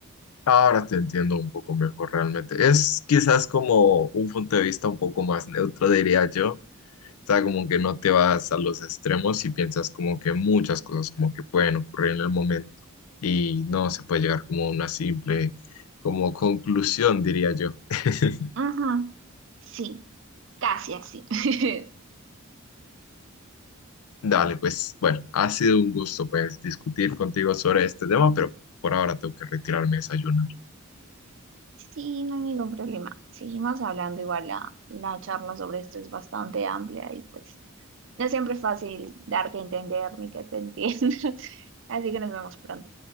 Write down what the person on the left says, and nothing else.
Ahora te entiendo un poco mejor realmente. Es quizás como un punto de vista un poco más neutro, diría yo. O sea, como que no te vas a los extremos y piensas como que muchas cosas como que pueden ocurrir en el momento y no se puede llegar como a una simple como conclusión, diría yo. <laughs>
Dale, pues bueno, ha sido un gusto pues discutir contigo sobre este tema, pero por ahora tengo que retirarme a desayunar.